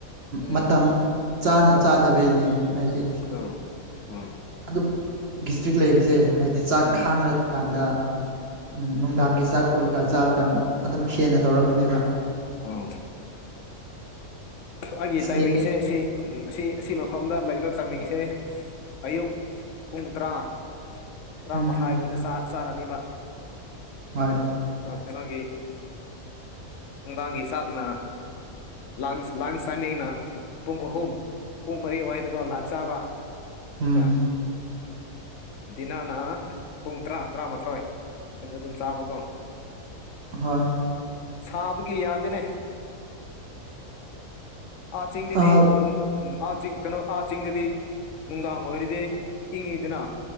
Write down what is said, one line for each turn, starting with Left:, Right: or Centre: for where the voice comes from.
Left: ꯎꯝ
Right: ꯃꯇꯝ ꯆꯥꯅ ꯆꯥ ꯇꯕꯩꯅꯦ ꯍꯥꯏꯗꯤ
Left: ꯑꯥ ꯎꯝ
Right: ꯑꯗꯨꯝ ꯗꯤꯁꯇ꯭ꯔꯤꯛ ꯂꯩꯕꯁꯦ ꯍꯥꯏꯗꯤ ꯆꯥꯛ
Left: ꯎꯝ
Right: ꯈꯥꯡꯈ꯭ꯔ ꯀꯥꯟꯗ ꯎꯝ ꯅꯨꯡꯗꯥꯡꯒꯤ ꯆꯥꯛ ꯀꯣꯩꯀꯥ ꯆꯥꯔꯀꯥꯟꯗ ꯑꯗꯨꯝ ꯍꯦꯟꯅ ꯇꯧꯔꯛꯄꯅꯦꯕ
Left: ꯑꯥ ꯑꯩꯒꯤ
Right: ꯑꯁ
Left: ꯇꯥꯏꯃꯤꯡꯁꯦ
Right: ꯂꯩꯈ꯭ꯔꯗꯤ
Left: ꯁꯤ ꯑꯁꯤ ꯑꯁꯤ ꯃꯐꯝꯗ ꯂꯩꯕ ꯇꯥꯏꯃꯤꯡꯁꯦ ꯑꯌꯨꯛ ꯄꯨꯡ ꯇꯔꯥ ꯇꯔꯥ
Right: ꯎꯝ
Left: ꯃꯈꯥꯏ ꯍꯗ ꯆꯥꯔꯅꯤꯕ
Right: ꯍꯣꯏ
Left: ꯀꯩꯅꯣꯒꯤ ꯅꯨꯡꯗꯥꯡꯒꯤ ꯆꯥꯛꯅ ꯂꯥꯟꯁ ꯂꯥꯟꯁ ꯇꯥꯏꯃꯤꯡꯅ ꯄꯨꯡ ꯑꯍꯨꯝ ꯄꯨꯡ ꯃꯔꯤ ꯑꯗꯨꯋꯥꯏꯗꯀꯣ ꯂꯥꯟ ꯆꯥꯕ ꯑꯃꯀ
Right: ꯎꯝ
Left: ꯗꯤꯟꯅꯔꯅ ꯄꯨꯡ ꯇꯔꯥ ꯇꯔꯥꯃꯥꯊꯣꯏ ꯑꯗꯨꯗ ꯑꯗꯨꯝ ꯆꯥꯕꯀꯣ
Right: ꯍꯣꯏ
Left: ꯁꯥꯕꯒꯤ ꯌꯥꯗꯦꯅꯦ ꯑ ꯆꯤꯡꯗꯗꯗꯤ
Right: ꯑꯥ
Left: ꯎꯝ ꯑꯥ ꯆꯤꯡ ꯀꯩꯅꯣ ꯑꯥ ꯆꯤꯡꯗꯗꯤ ꯅꯨꯡꯗꯥꯡ ꯑꯣꯏꯔꯤꯗꯤ ꯏꯪꯉꯤꯗꯅ